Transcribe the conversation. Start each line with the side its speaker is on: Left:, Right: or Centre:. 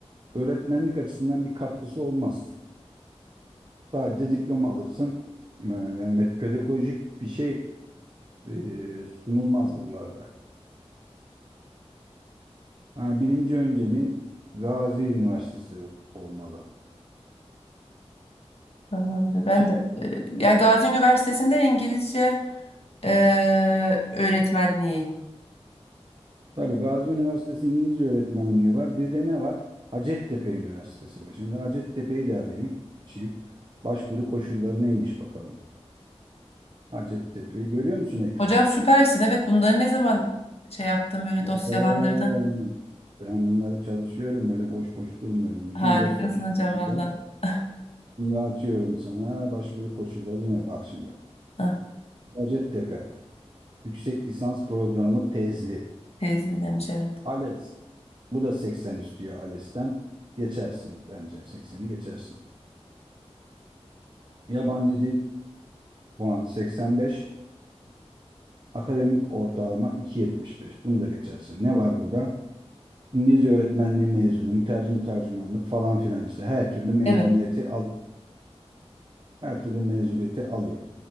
Right: öğretmenlik açısından bir katkısı olmaz. Sadece diploma alırsın. Ee, Yani pedagojik bir şey e, sunulmaz buralarda. Ha, birinci önceliğin Gazi Üniversitesi olmalı.
Left: Anlamda. Ben
Right: Şimdi
Left: de e, yani Gazi Üniversitesi'nde İngilizce e, öğretmenliği.
Right: tabii Gazi Üniversitesi İngilizce öğretmenliği var. Bir de ne var? Hacettepe Üniversitesi var. Şimdi Hacettepe'yi de arayayım, açayım. Başvuru koşulları neymiş bakalım. Hacettepe'yi görüyor musun ekranı?
Left: Hocam süpersin. Evet bunları ne zaman şey yaptın böyle
Right: Oo,
Left: dosyalandırdın.
Right: ben bunları çalışıyorum öyle boş boş durmuyorum. Bütün
Left: Harikasın
Right: boş vakitlerimde
Left: hocam valla. <laughs>
Right: şimdi açıyorum sana başvuru koşulları ne bak şimdi.
Left: Ah,
Right: Hacettepe Yüksek Lisans Programı Tezli.
Left: teyze demiş evet.
Right: Alex Bu da 80 istiyor ALES'ten. Geçersin bence 80'i geçersin. Yabancı dil puanı 85. Akademik ortalama 2.75. Bunu da geçersin. Ne var burada? İngilizce öğretmenliği mezunu, mütercim tercümanlık falan filan işte her türlü mezuniyeti
Left: Evet.
Right: al, her türlü mezuniyeti alıyor.